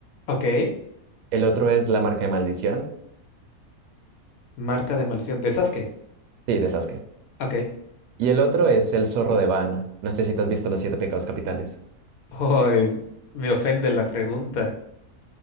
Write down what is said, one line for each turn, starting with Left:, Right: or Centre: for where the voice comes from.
Left: Ok.
Right: El otro es la marca de maldición,
Left: Marca de maldición de Sasuke.
Right: sí, de Sasuke.
Left: Ok.
Right: Y el otro es el zorro de Vana. No sé si te has visto los siete pecados capitales.
Left: Ay, me ofende la pregunta.